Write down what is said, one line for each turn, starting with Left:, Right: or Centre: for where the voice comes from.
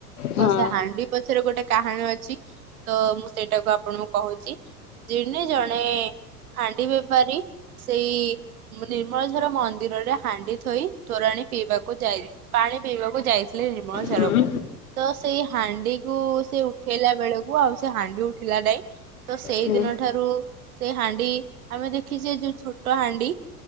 Left: ହଁ
Right: ତ ସେ ହାଣ୍ଡି ପଛରେ ଗୋଟେ କାହଣୀ ଅଛି ତ ମୁଁ ସେଇଟାକୁ ଆପଣଙ୍କୁ କହୁଚି ଦିନେ ଜଣେ ହାଣ୍ଡି ବେପାରୀ, ସେଇ ନିର୍ମଳଝର ମନ୍ଦିରେ ହାଣ୍ଡି ଥୋଇ ତୋରାଣି ପିଇବାକୁ ଯାଇ, ପାଣି ପିଇବାକୁ ଯାଇଥିଲେ ନିର୍ମଳ
Left: ହୁଁ
Right: ଝରକୁ। ତ ସେଇ ହାଣ୍ଡି କୁ ସେ ଉଠେଇଲା ବେଳକୁ ଆଉ ସେ ହାଣ୍ଡି ଉଠିଲା ନାଇଁ ତ ସେଇଦିନ
Left: ହୁଁ
Right: ଠାରୁ ସେଇ ହାଣ୍ଡି ଆମେ ଦେଖିଛେ, ଯୋଉ ଛୋଟ ହାଣ୍ଡି?